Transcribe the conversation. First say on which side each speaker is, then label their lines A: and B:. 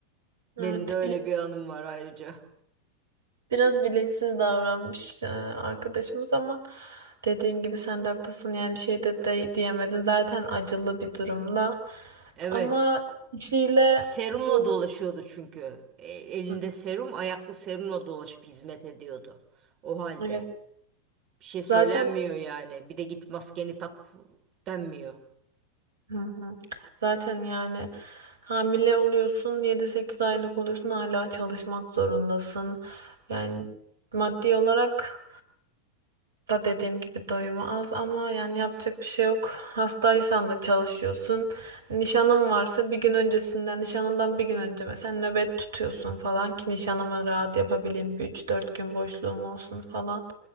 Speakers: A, on the right; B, on the right.
A: Evet.
B: Benim de öyle
A: bile-
B: bir anım var ayrıca.
A: Biraz bilinçsiz davranmış e, arkadaşımız ama dediğin gibi sen de haklısın. Yani bir şey de, de diyemedin. Zaten acılı bir durumda.
B: Evet.
A: Ama kişiyle
B: Serumla
A: böyle-
B: dolaşıyordu çünkü. E, elinde
A: Hı,
B: serum, ayaklı serumla dolaşıp hizmet ediyordu. O halde.
A: evet.
B: Bir şey söylenmiyor
A: Zaten
B: yani. Bir de git maskeni tak denmiyor.
A: hı hı. Zaten yani hamile oluyorsun. yedi sekiz aylık oluyorsun. Hala çalışmak zorundasın. Yani maddi olarak da dediğim gibi doyumu az ama yani yapacak bir şey yok. Hastaysan da çalışıyorsun. Nişanın varsa bir gün öncesinden, nişanından bir gün önce mesela nöbet tutuyorsun falan ki nişanımı rahat yapabileyim. Bir üç dört gün boşluğum olsun falan.